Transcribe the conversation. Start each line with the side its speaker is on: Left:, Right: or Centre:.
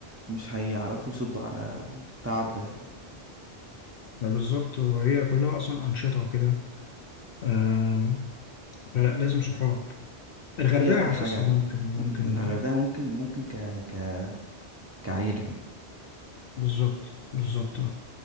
Right: مش هيعرفوا يصدوا على تعب ده ده
Left: بالظبط وهي كلها اصلا انشطه وكده آه فلازم صحاب الغردقه
Right: إيه أكتر
Left: حاسسها
Right: حاجة
Left: ممكن ممكن
Right: مم، الغردقة ممكن ممكن ك ك كعيلة
Left: بالظبط بالظبط